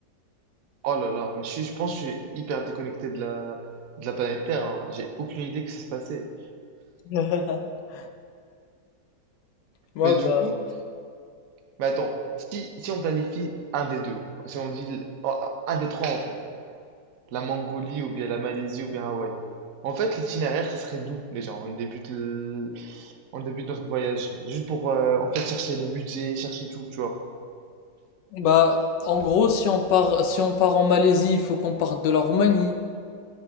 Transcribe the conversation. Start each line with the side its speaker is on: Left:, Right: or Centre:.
Right: Oh là là, mais je suis- je pense que je suis hyper déconnecté de la, de la planète Terre. hein. J'ai aucune idée que ça se passait.
Left: <laughs> Ouais,
Right: Mais du
Left: bah,
Right: coup, mais attends, si, si on planifie un des deux, si on dit le- oh, un des trois en fait, la Mongolie ou bien la Malaisie ou bien Hawaï, en fait l'itinéraire ça serait d'où déjà? On débute le- on débute notre voyage juste pour euh, en fait chercher les budgets, chercher tout, tu vois.
Left: bah, en gros, si on part, si on part en Malaisie, il faut qu'on parte de la Roumanie.